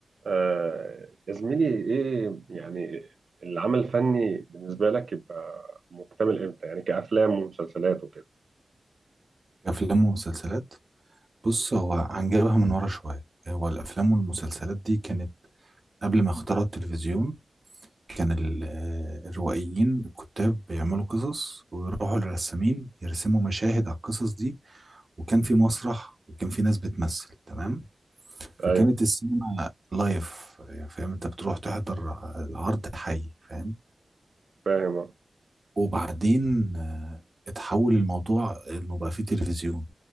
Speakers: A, on the right (about 70°); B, on the right (about 40°).
A: آه يا زميلي ايه يعني العمل الفني بالنسبة لك يبقى مكتمل امتى يعني كأفلام ومسلسلات وكده
B: أفلام ومسلسلات بص هو هنجيبها من ورا شوية هو الأفلام والمسلسلات دي كانت قبل ما اخترعوا التلفزيون كان ال- آه، الروائيين الكتاب بيعملوا قصص ويروحوا للرسامين يرسموا مشاهد على القصص دي وكان في مسرح وكان في ناس بتمثل تمام فكانت
A: ايوه
B: السينما لايف يعني فاهم انت بتروح تحضر العرض حي فاهم
A: فاهم آه،
B: وبعدين آه، اتحول الموضوع انه بقى فيه تلفزيون